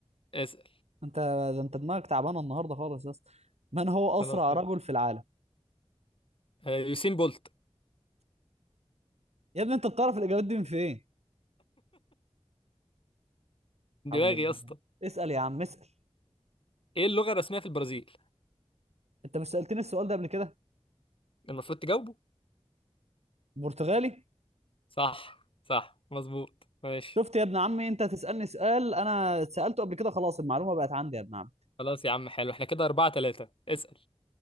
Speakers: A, on the left; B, on the right.
A: اسال
B: انت ده انت دماغك تعبانه النهارده خالص يا اسطى من هو
A: خلاص
B: اسرع رجل في العالم
A: آه يوسين بولت
B: يا ابني انت بتعرف الاجابات دي من فين
A: دماغي
B: حول الله
A: يا اسطى
B: اسأل يا عم اسأل
A: ايه اللغه الرسميه في البرازيل
B: انت مش سألتني السؤال ده قبل كده
A: المفروض تجاوبه
B: برتغالي
A: صح صح مظبوط ماشي
B: شفت يا ابن عمي انت تسألني سؤال انا سألته قبل كده خلاص المعلومه بقت عندي يا ابن عم
A: خلاص يا عم حلو احنا كده أربعة ثلاثة اسأل